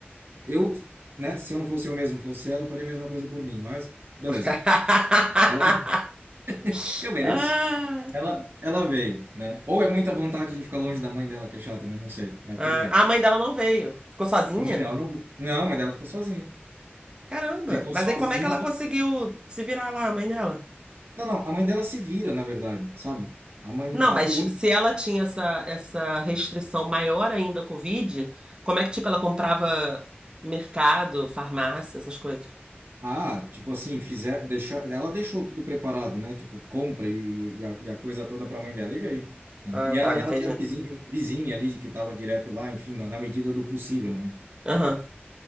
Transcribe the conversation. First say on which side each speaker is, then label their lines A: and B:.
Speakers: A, on the right (about 65°); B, on the right (about 20°).
A: Eu, né, se eu não fosse eu mesmo, fosse ela, eu faria a mesma coisa por mim, mas beleza.
B: <laughs>
A: Ela, <laughs> eu mereço.
B: Ah,
A: Ela, ela veio, né? Ou é muita vontade de ficar longe da mãe dela, que é chata, né? Não sei, mas
B: ah,
A: tudo bem.
B: a mãe dela não veio. Ficou sozinha?
A: A mãe dela não, não, a mãe dela ficou sozinha.
B: Caramba.
A: Ficou
B: Mas
A: sozinha.
B: aí como é que ela conseguiu se virar lá, a mãe dela?
A: Não, não, a mãe dela se vira, na verdade, sabe? A mãe,
B: Não,
A: a
B: mas
A: única,
B: se ela tinha essa, essa restrição maior ainda à Covid, como é que, tipo, ela comprava mercado, farmácia, essas coisas?
A: ah, tipo assim, fizer, deixar, ela deixou tudo preparado, né? Tipo, compra e, e a, e a coisa toda para a mãe dela e veio, né?
B: Ah,
A: E
B: tá,
A: ela, e
B: entendi.
A: ela tinha vizinha, vizinha ali que estava direto lá, enfim, na na medida do possível, né?
B: Aham,